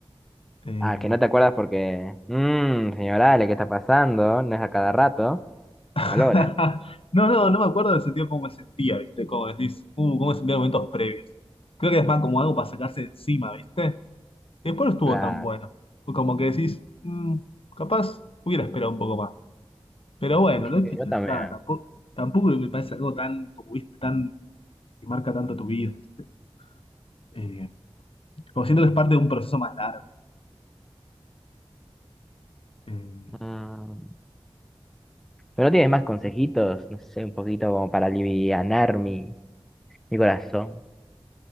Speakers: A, on the left; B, in the centre.
A: eh,
B: Ah, que no te acuerdas porque... Mmm, señor Ale, ¿qué está pasando? No es a cada rato. Se malora.
A: <laughs> No, no, no me acuerdo del sentido cómo me sentía, ¿viste? Como decís, uh, cómo me sentía en momentos previos. Creo que es más como algo para sacarse de encima, ¿viste? Después no estuvo
B: Claro.
A: tan bueno. Como que decís, "Mm, capaz hubiera esperado un poco más. Pero bueno,
B: Sí,
A: no he hecho
B: yo, yo también.
A: está, tampoco, tampoco me parece algo tan, como viste, tan, que marca tanto tu vida, ¿viste? Eh, como siento que es parte de un proceso más largo. Eh,
B: Mm. Pero no tienes más consejitos, no sé, un poquito como para alivianar mi, mi corazón.